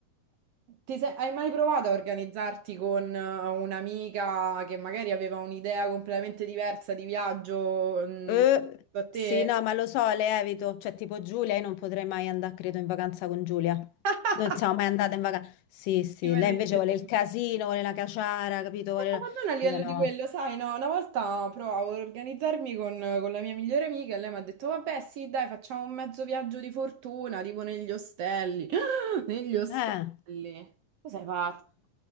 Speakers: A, on the right; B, on the left.
A: ti sei- hai mai provato a organizzarti con eh, un'amica che magari aveva un'idea completamente diversa di viaggio, mh,
B: Eh,
A: da te?
B: sì, no, ma lo so, le evito. Cioè, tipo Giulia, io non potrei mai andare, credo, in vacanza con Giulia.
A: <laughs>
B: Non siamo mai andate in vacanza. Sì, sì,
A: Chi me
B: lei
A: l'hai
B: invece
A: detto?
B: vuole il casino, vuole la caciara, capito? Vuole-
A: No, ma non a livello
B: Io no.
A: di quello, sai, no, una volta provavo ad organizzarmi con, con la mia migliore amica e lei mi ha detto, vabbè, sì, dai, facciamo un mezzo viaggio di fortuna, tipo negli ostelli. <gasps> Negli ostelli.
B: Eh,
A: Tu sei pazza,